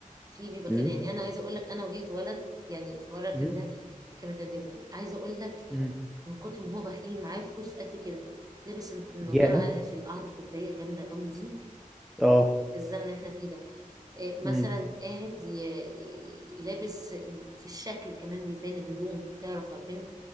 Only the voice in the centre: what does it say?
امم
امم
امم
ياه
اه
امم